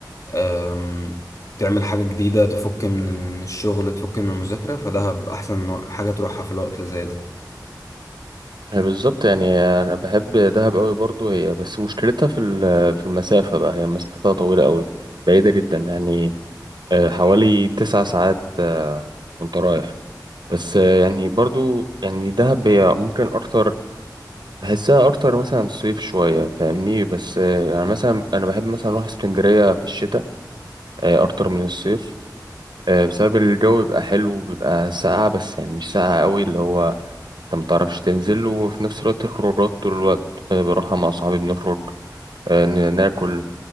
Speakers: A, on the left; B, on the right.
A: آم، تعمل حاجة جديدة تفك من الشغل تفك من المذاكرة فدهب أحسن حاجة تروحها في الوقت اللي زي ده
B: هي بالظبط يعني أنا بحب دهب أوي برضو هي بس مشكلتها في ال- في المسافة بقى هي مسافتها طويلة أوي بعيدة جدا يعني آه، حوالي تسع ساعات آه، وأنت رايح بس آه، يعني برضو يعني دهب هي ممكن أكتر بحسها أكتر مثلا صيف شوية فاهمني بس آه، يعني مثلا أنا بحب مثلا أروح اسكندرية في الشتاء آه، اكتر من الصيف آه، بسبب الجو بيبقى حلو بيبقى ساقع بس يعني مش ساقع قوي اللي هو انت متعرفش تنزل وفي نفس الوقت الخروجات طول الوقت آه، بروحها مع صحابي بنخرج آه، ن- ناكل